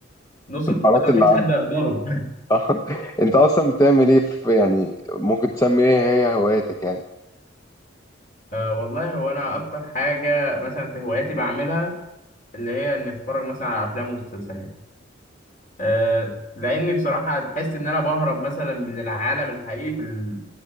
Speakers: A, on the left (about 45°); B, on the left (about 20°).
A: نص
B: المهارات
A: القوة دي ما
B: اللي
A: كانش
B: عنده
A: حد يقدره
B: آه. <laughs> أنت أصلا بتعمل إيه في يعني ممكن تسمي إيه هي هواياتك يعني
A: أه والله هو انا اكتر حاجه مثلا في هواياتي بعملها اللي هي اني اتفرج مثلا على افلام ومسلسلات أه لاني بصراحه تحس ان انا بهرب مثلا من العالم الحقيقي في ال...